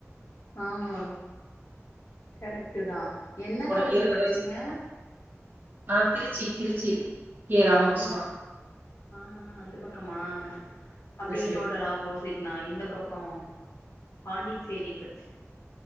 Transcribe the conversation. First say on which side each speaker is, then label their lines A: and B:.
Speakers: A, on the left; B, on the right.
A: ஆமா கரெக்ட்டுதா என்ன
B: ஒனக்கு
A: காலேஜ்ல
B: இருவது
A: படிச்சீங்க
B: வயசு நா திருச்சி திருச்சி கே ராமகிருஷ்ணா
A: ஆ ஆ அந்த பக்கமா அப்டியே
B: அந்த சைடு
A: டோட்டலா ஆப்போ சிட் நா இந்த பக்கோ பாண்டிச்சேரி படிச்சே